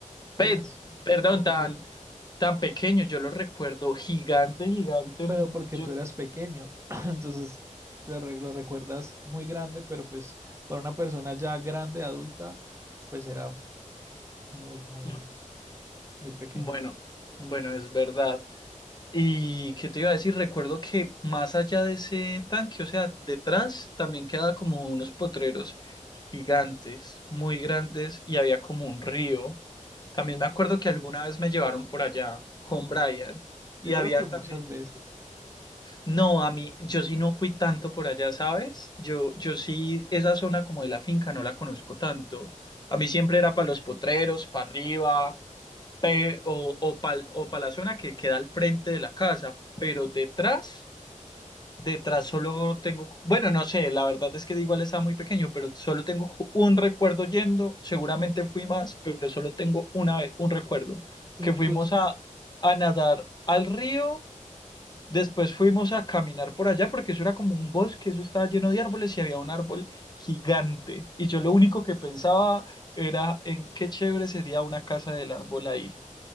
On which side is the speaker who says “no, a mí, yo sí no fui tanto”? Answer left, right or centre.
Left